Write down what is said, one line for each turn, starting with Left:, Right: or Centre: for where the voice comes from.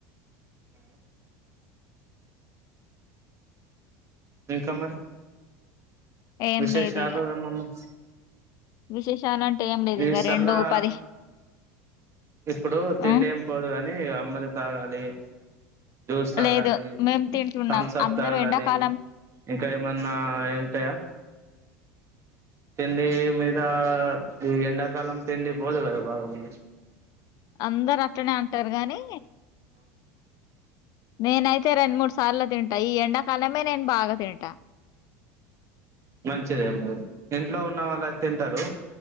Right: మళ్లీ ఇంకా మరి
Left: ఏం
Right: విశేషాలు
Left: లేదు ఇగ
Right: ఏమన్నా?
Left: విశేషాలు అంటే ఏం లేదు
Right: ఈ
Left: ఇంక
Right: సల్లా
Left: రెండు పది
Right: ఇప్పుడు తిండేం
Left: ఆ
Right: పోదుకా ని అంబలి తాగాలి. జూస్ తాగాలి
Left: లేదు మేము తింటున్నాం
Right: తమ్సప్
Left: అందరూ
Right: తాగాలి.
Left: ఎండాకాలం
Right: ఇంకా ఏమన్నా అయి ఉంటయా? తిండి మీద ఈ ఎండాకాలం తిండి పోదు కదా బాగ మరి
Left: అందరు అట్లనే అంటారు గాని నేనైతే రెండు మూడు సార్లు తింటా ఈ ఎండాకాలమే నేను బాగా తింటా
Right: మంచిదే అండి ఇంట్లో ఉన్న వాళ్ళుయితే తింటారు